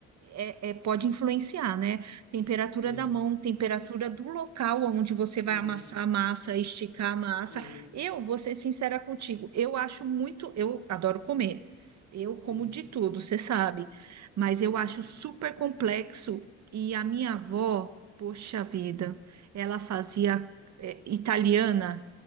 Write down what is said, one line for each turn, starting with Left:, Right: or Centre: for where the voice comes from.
Right: é, é- pode influenciar, né? Temperatura
Left: Sim.
Right: da mão, temperatura do local onde você
Left: Uhum.
Right: vai amassar a massa, esticar a massa.
Left: Uhum.
Right: Eu vou ser sincera contigo, eu acho muito, eu adoro comer. Eu
Left: Sim.
Right: como de tudo, você sabe, mas
Left: Uhum.
Right: eu acho super complexo. E a minha avó, poxa vida, ela fazia é, italiana,